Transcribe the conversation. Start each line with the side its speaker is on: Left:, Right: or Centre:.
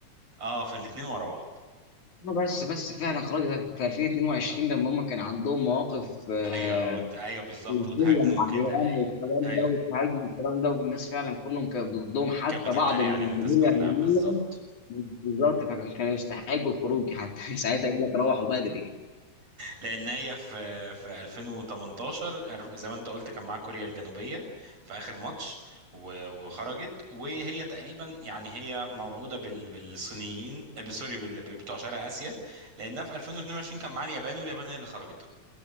Right: اه في الاثنين ورا بعض
Left: اه بس بس فعلا خرجت في 2022 لما هم كان عندهم مواقف آه،
Right: ايوه وت... ايوه بالظبط
Left: سياسيه
Right: وتهاجموا
Left: مع
Right: كده
Left: العيال
Right: اي
Left: والكلام
Right: اي
Left: ده والتهاجم والكلام ده والناس فعلا كلهم كانت ضدهم حتى
Right: كانت بتتريق
Left: بعض من
Right: عليهم
Left: الجماهير
Right: الناس كلها
Left: الالمانيه
Right: بالظبط
Left: بالظبط فكانوا يستحقوا الخروج حتى <laughs> ساعتها قال
Right: مم.
Left: لك روحوا بدري
Right: لان هي في في 2018 عرف- زي ما انت قلت كان معاها كوريا الجنوبيه في اخر ماتش و- وخرجت وهي تقريبا يعني هي موعوده بال- بالصينيين آه، سوري بال- بتوع شرق اسيا لانها في 2022 كان معاها اليابان واليابان هي اللي خرجتها